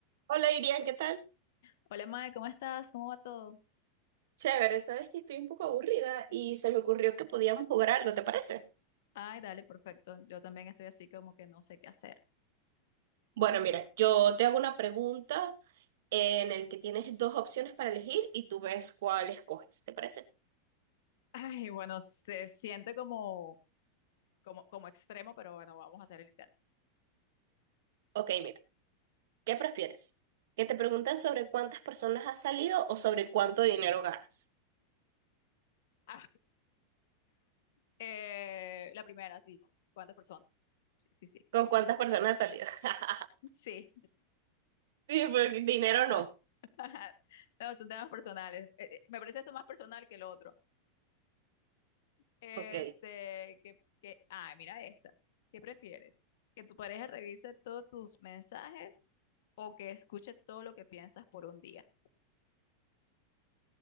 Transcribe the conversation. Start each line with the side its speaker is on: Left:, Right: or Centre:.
Right: Hola, Irian, ¿qué tal?
Left: Hola Mae, ¿cómo estás? ¿Cómo va todo?
Right: Chévere, sabes que estoy un poco aburrida y se me ocurrió que podíamos jugar algo, ¿te parece?
Left: Ay, dale, perfecto. Yo también estoy así como que no sé qué hacer.
Right: Bueno, mira, yo te hago una pregunta en el que tienes dos opciones para elegir y tú ves cuál escoges, ¿te parece?
Left: <laughs> Ay, bueno, se siente como, como, como extremo, pero bueno, vamos a hacer el intento.
Right: Ok, mira, ¿qué prefieres? ¿Que te pregunten sobre cuántas personas has salido o sobre cuánto dinero ganas?
Left: Ah, eh, la primera, sí. ¿Cuántas personas? Sí, sí, sí.
Right: ¿Con cuántas personas has salido? <laughs>
Left: Sí.
Right: Sí, porque dinero
Left: Ah,
Right: no.
Left: <laughs> No, son temas personales. Eh, eh, me parece eso más personal que el otro. Este,
Right: Ok,
Left: que, que, ah, mira esta. ¿Qué prefieres? ¿Que tu pareja revise todos tus mensajes o que escuche todo lo que piensas por un día?